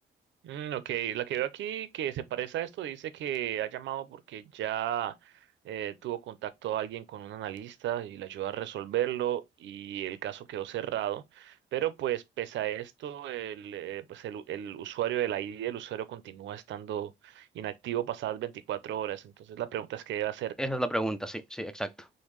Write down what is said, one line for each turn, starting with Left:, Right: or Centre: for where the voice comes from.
Right: Mm, ok, la que veo aquí que se parece a esto dice que ha llamado porque ya eh, tuvo contacto a alguien con un analista y le ayudó a resolverlo y el caso quedó cerrado. Pero pues pese a esto, el, eh, pues el, el usuario de la ID el usuario continúa estando inactivo pasadas 24 horas. Entonces la pregunta es qué debe hacer.
Centre: Esa es la pregunta, sí, sí, exacto.